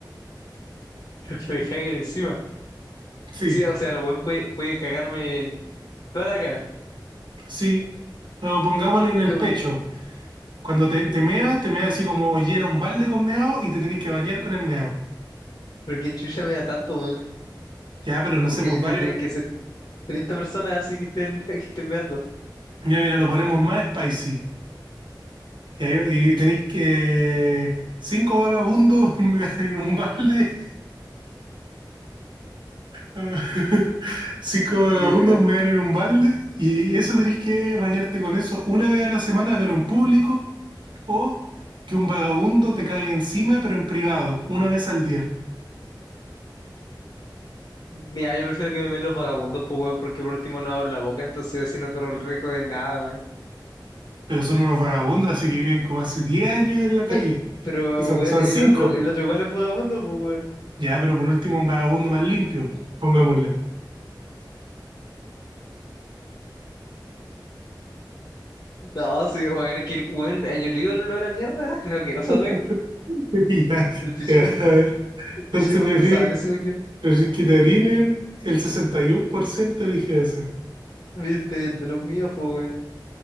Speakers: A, on the left; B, on the right.
A: Pero que me caguen encima.
B: Sí,
A: Sí, o sea, el weón puede, puede cagarme en toda la cara.
B: sí. O pongámosle en el
A: <laughs> Como,
B: pecho. Cuando te, te meas, te meas así como llena un balde con meado y te tenés que bañar con el meado.
A: Pero que chucha me da tanto, weón.
B: Ya, pero
A: Como
B: no sé,
A: que
B: pues varios.
A: tendrían que ser 30 personas así que estén, <laughs> que estén meando.
B: Ya, mira, lo ponemos más spicy. Y, ahí- y tenéis que. eh, Cinco vagabundos <laughs> me en un balde Ah, <laughs> Cinco vagabundos
A: Ya.
B: mean en un balde y eso tenés que bañarte con eso una vez a la semana, pero en público, o que un vagabundo te cague encima, pero en privado, una vez al día.
A: Mira, yo prefiero que me meen los vagabundos, pues, weón, porque por último no abro la boca, entonces así no corro el riesgo de nada, weón.
B: Pero son unos vagabundos, así que viven como hace 10 años en
A: <laughs>
B: la calle.
A: Pero,
B: Y son,
A: weón,
B: son
A: el
B: cinco.
A: otro, el otro igual es un vagabundo, pues, weón.
B: Ya, pero por último un vagabundo más limpio, pongámosle.
A: No, sí, weón, es que el weón, eh, yo le digo el olor a mierda, <laughs> no, que pasa,
B: <laughs>
A: weón.
B: Ya,
A: El pichi,
B: ya,
A: el,
B: a ver.
A: el
B: Entonces
A: pichi más
B: prefieren
A: pasable, según yo.
B: que te orinen el 61% elige eso.
A: Viste, el de los míos, pues, weón.